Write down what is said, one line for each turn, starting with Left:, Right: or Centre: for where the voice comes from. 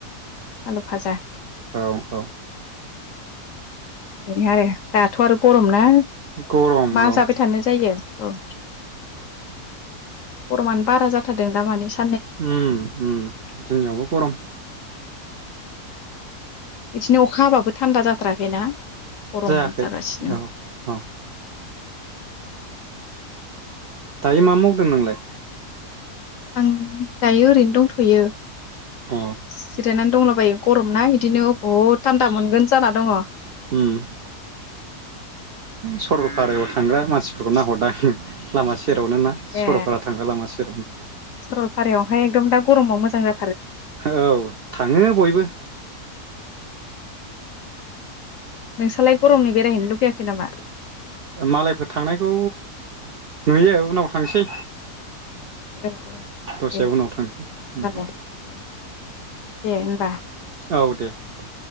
Left: आलु फाजा
Right: औ औ
Left: बेै आरो दाथ' आरो गरम ना
Right: गरम
Left: मा
Right: औ
Left: जाबाय थानो जायो औ गरमानो बारा जाथारदों दामानि स
Right: उम उम जोंनि आवबो गरम
Left: बिदिनो अखा हाबाबो थान्दा जाथाराखैना गरम
Right: जायाखै
Left: जागासिनो
Right: औ औ दायो मा मावदों नोंलाय
Left: आं दायो ओरैनो दंथ'यो
Right: अ
Left: जिरायनानै दंलाबायो गरम ना बिदिनो बहुद थान्दा मोनगोन जाना दङ
Right: उम सरल पारायाव थांग्रा मानसिफोरखौ नाहरद आङो लामासि सेरावनो ना सरलपारा
Left: ए
Right: थांग्रा लामा सेरावनो
Left: सरलपारायावहाय एकदम दा गरमाव मोजां जा
Right: औ थाङो बयबो
Left: नोंसोरलाय गरमनि बेरायहैनो लुगैयाखै नामा?
Right: मालायफोर थांनायखौ नुयो उनाव थांसै
Left: ओ ओ
Right: दस्रायाव
Left: दे
Right: उनाव थांसै
Left: होमबालाय
Right: उनावहाय
Left: औ दे होमबा।
Right: औ दे दे